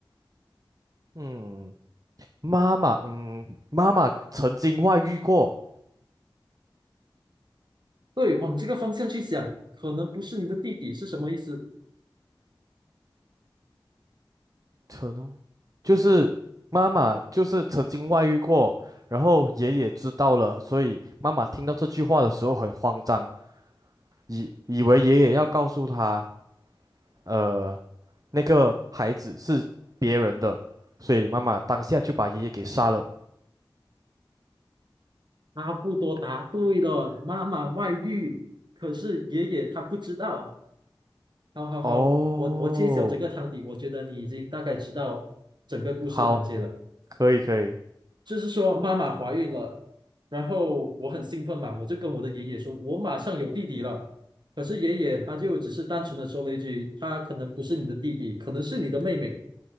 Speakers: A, on the right; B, on the right.
A: 嗯，妈妈，嗯，妈妈曾经外遇过，
B: 对，往这个方向去想，可能不是你的弟弟是什么意思？
A: 曾，就是妈妈就是曾经外遇过，然后爷爷知道了，所以妈妈听到这句话的时候很慌张。以以为爷爷要告诉他，呃，那个孩子是别人的，所以妈妈当下就把爷爷给杀了。
B: 阿布多答对了，妈妈外遇，可是爷爷他不知道。好好好，
A: 哦，
B: 我我揭晓整个汤底，我觉得你已经大概知道整个故事环节了。
A: 好，可以可以。
B: 就是说妈妈怀孕了，然后我很兴奋嘛，我就跟我的爷爷说，我马上有弟弟了。可是爷爷他就只是单纯的说了一句，他可能不是你的弟弟，可能是你的妹妹。